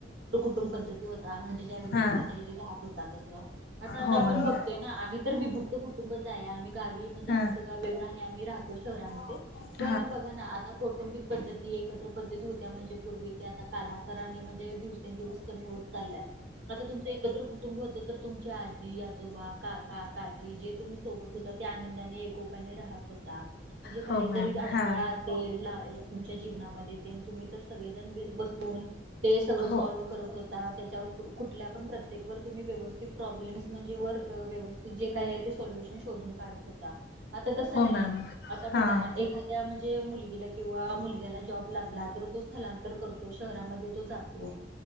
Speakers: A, on the right; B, on the left.
A: <unintelligible> होता. म्हणजे ज्या वेळी
B: हां
A: तुम्ही माहेरी राहत होता, तस आ आता
B: हो
A: आपण
B: मॅम
A: बघतोय ना आम्ही तर विभक्त फक्त कुटुंबच आहे. आम्ही गावी म्हणजे
B: हां
A: आमच गाव वेगळं आणि आम्ही राहतो शहरामध्ये,
B: <inaudible>
A: पण बघा ना, आता कौटुंबिक पद्धती एकत्र पद्धती होत्या. म्हणजे पूर्वी ते आता कालांतराने म्हणजे, दिवसेंदिवस कमी होत चाल्यात. आता तुमचं एकत्र कुटुं टुंब होत. तर तुमच्या आजी आजोबा काका काकी जे तुम्ही सोबत होता ते आनं आणि एकोप्याने राहत होता. म्हणजे
B: हो
A: काही
B: मॅम
A: जरी अडथळा
B: हा
A: असेल ला तुमच्या जीवनामध्ये तेन तुम्ही, जर सगळेजण बसवून ते सगळं
B: हो
A: सॉल्व करत हो ता त्याच्यावर कुठल्या पण प्रत्येवर तुम्ही व्यवस्थित प्रॉब्लेम्स म्हणजे वर व्यवस्थित जे काय आहे ते, सॉल्युशन शोधून काढत होता, आता तस नाहीये.
B: हो मॅम
A: आता बघा
B: हा
A: ना एखाद्या म्हणजे मुलगीला किंवा मुलग्याला जॉब लागला, तर तो स्थलांतर कर तो शहरांमध्ये तो जातो.